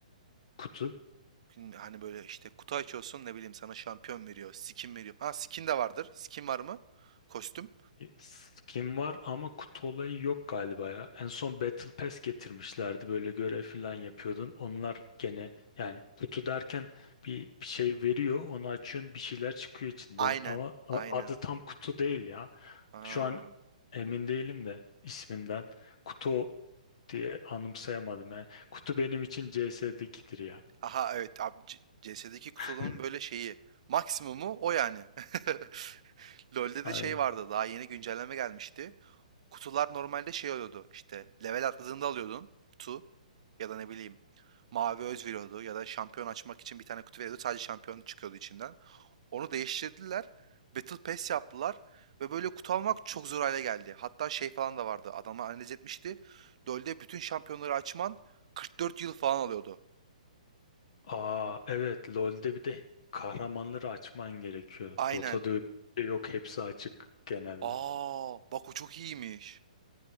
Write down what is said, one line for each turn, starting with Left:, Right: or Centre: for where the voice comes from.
Left: kutu.
Right: Gün- Hani böyle işte kutu açıyorsun ne bileyim sana şampiyon veriyor, skin veriyor. Ha skin de vardır. Skin var mı? Kostüm.
Left: Skin var ama kutu olayı yok galiba ya. En son Battle Pass getirmişlerdi. Böyle görev falan yapıyordun. Onlar gene yani kutu derken bir, bir şey veriyor. Onu açıyorsun bir şeyler çıkıyor içinden.
Right: Aynen.
Left: Ama a-
Right: Aynen.
Left: adı tam kutu değil ya.
Right: Aa.
Left: Şu an emin değilim de isminden. Kutu diye anımsayamadım yani. Kutu benim için CS'dekidir ya.
Right: Aha evet abi C- CS'deki kutuların
Left: <laughs>
Right: böyle şeyi. Maksimumu o yani. <laughs> LoL'de
Left: Aynen.
Right: de şey vardı daha yeni güncelleme gelmişti. Kutular normalde şey oluyordu işte level atladığında alıyordun kutu ya da ne bileyim mavi öz veriyordu ya da şampiyon açmak için bir tane kutu veriyordu sadece şampiyon çıkıyordu içinden. Onu değiştirdiler. Battle Pass yaptılar ve böyle kutu almak çok zor hale geldi. Hatta şey falan da vardı adamlar analiz etmişti. LoL'de bütün şampiyonları açman 44 yıl falan alıyordu.
Left: Aa evet LoL'de bir de kahramanları açman gerekiyor.
Right: Aynen.
Left: Dota'da öyle bir şey yok hepsi açık genelde.
Right: Aa, bak o çok iyiymiş.